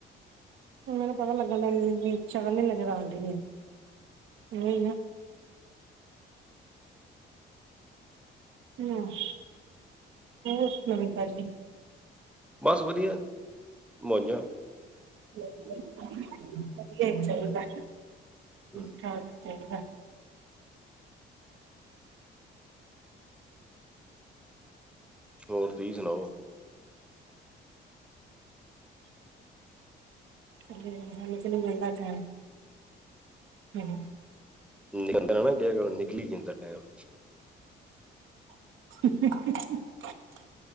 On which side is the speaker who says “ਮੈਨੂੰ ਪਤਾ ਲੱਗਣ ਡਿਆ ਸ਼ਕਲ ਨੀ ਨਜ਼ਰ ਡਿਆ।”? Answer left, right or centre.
Right